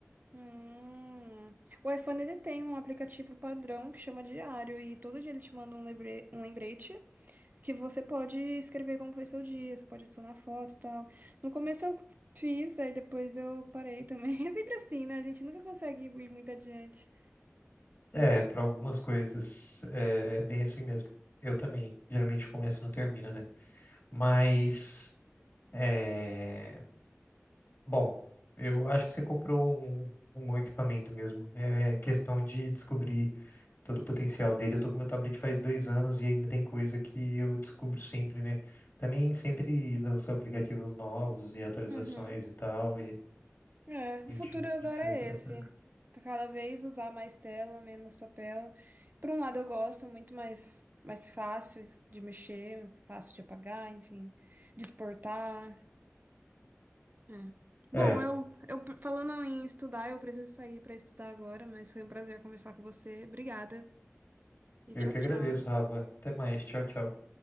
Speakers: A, on the right (about 40°); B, on the left (about 50°).
A: Hum. O iPhone ele tem um aplicativo padrão que chama Diário e todo dia ele te manda um lembre- um lembrete que você pode escrever como foi seu dia, você pode adicionar foto e tal. No começo eu fiz, aí depois eu parei também. <laughs> É sempre assim, né? A gente nunca consegue ir muito adiante.
B: É, pra algumas coisas, é bem assim mesmo. Eu também, geralmente começo e não termino, né? Mas, é... Bom, eu acho que você comprou um, um bom equipamento mesmo. É questão de descobrir todo o potencial dele. Eu tô com meu tablet faz dois anos e ainda tem coisa que eu descubro sempre, né? Também sempre lançou aplicativos novos e atualizações
A: Uhum.
B: e tal, e
A: É, o
B: a
A: futuro
B: gente, a
A: agora
B: gente vai
A: é
B: se adaptando.
A: esse. Tá Cada vez usar mais tela, menos papel. Por um lado eu gosto, muito mais, mais fácil de mexer, fácil de apagar, enfim, de exportar. É. Bom,
B: É,
A: eu, eu falando em estudar, eu preciso sair para estudar agora, mas foi um prazer conversar com você. Obrigada. E
B: eu
A: tchau,
B: que
A: tchau.
B: agradeço, Rafa. Até mais. Tchau, tchau.